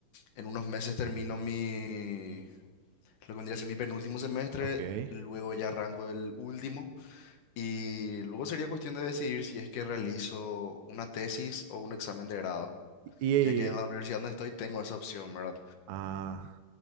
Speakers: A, on the left; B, on the right.
A: en unos meses termino mi Lo que vendría a ser mi penúltimo semestre,
B: Ok.
A: luego ya arranco el último y luego sería cuestión de decidir si es que realizo una tesis o un examen de grado,
B: Y,
A: ya que en la universidad donde estoy tengo esa opción, ¿verdad?
B: ah,